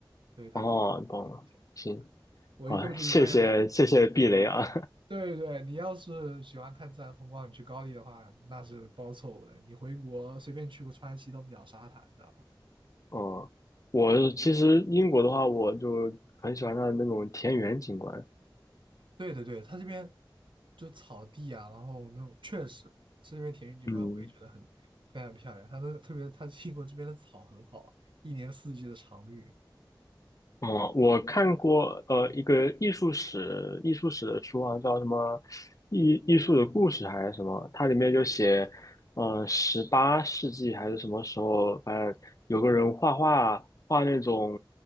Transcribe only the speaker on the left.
哦懂了，行，
好，谢谢谢谢避雷啊，
<laughs> 哦，我其实英国的话，我就很喜欢它的那种田园景观，
嗯，
哦，我看过呃一个艺术史艺术史的书啊，叫什么艺艺术的故事还是什么？它里面就写，呃，十八世纪还是什么时候，反正有个人画画画那种